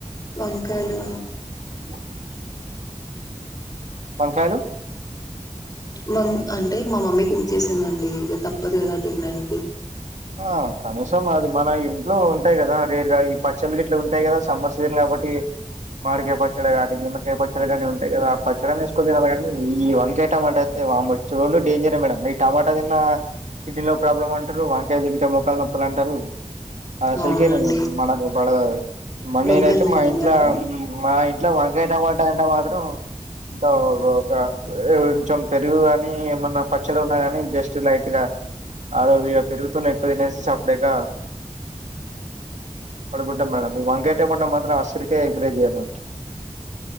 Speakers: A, on the left; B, on the right.
A: వంకాలు
B: టీ <inaudible> వంకాయలు
A: వమ్ అంటే మా మమ్మీ కుక్ చేసిందండి ఇక తప్పదు కదా తినడానికి
B: ఆ కనీసం అది మన ఇంట్లో ఉంటాయి కదా రేరు ఈ పచ్చళ్లు ఇట్లు ఉంటాయి కదా సమ్మర్ సీజన్ కాబట్టి మాడికాయ పచ్చడి కాని నిమ్మకాయ పచ్చడి కాని ఉంటాయి కదా ఆ పచ్చడిని వేసుకుని తిన కాగానీ ఈ వంకాయటమాటయితే వాల్లోచారే డేంజర్ మేడం మ టమాటా తిన్న కిడ్నీలో ప్రాబ్లమ్ అంటారు వంకాయ తింటే మోకాలు నొప్పులు అంటారు అసలుకే
A: అవునండి
B: నేను మనకు పడ మ
A: వంకాయలు
B: నేనైతే
A: మీరు
B: మా
A: తినరా
B: ఇంట్లో మా ఇంట్లో వా ఎైతే పంటా అంట మాత్రం ఇంత ఒక కొంచెం పెరుగు గాని ఏమన్నా పచ్చడి ఉన్నా గాని జస్ట్ లైట్ గా ఆ రోజు పెరుగుతోని ఎక్కువ తినేసి చప్పుడేక పడుగుంట మేడం ఈ వంకేట మండం మాత్రం అసలుకే ఎగ్ రైస్ జేసినం